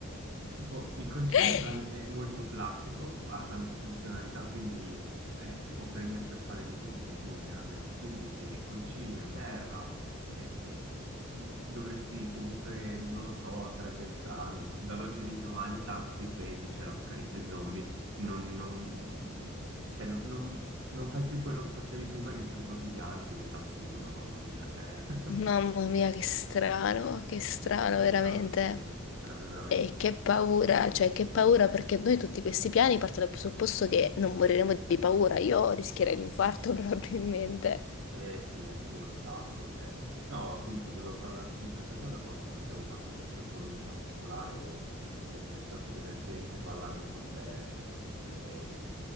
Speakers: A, on the right; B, on the left.
A: Tipo, il concim
B: <laughs>
A: ta- è molto plastico, ha tante funzionalità, quindi eh, si può prendere per fare di tutto e di più, chiaramente. Quindi sì, concime, terra, eh, dovresti comunque, non lo so, sarebbe strano. Dall'oggi all'indomani, tac, ti svegli, c'è l'apocalisse zombie, non, non- cioè, non, non- non fai più quello che facevi prima nel tuo quotidiano, diventa assurdo, mamma mia, cioè, <laughs>
B: Mamma mia, che strano, che strano
A: sì, sarebbe
B: veramente.
A: veramente, sarebbe veramente
B: E
A: strano.
B: che paura, cioè che paura perché noi tutti questi piani partono dal presupposto che non moriremo di paura. Io rischierei l'infarto <laughs> probabilmente.
A: Eh sì, anch'io un sacco, cioè, no, appunto volevo parlarti di questa cosa proprio perché avevo fatto questo sogno particolare e, e è stato divertente parlarne con te. E,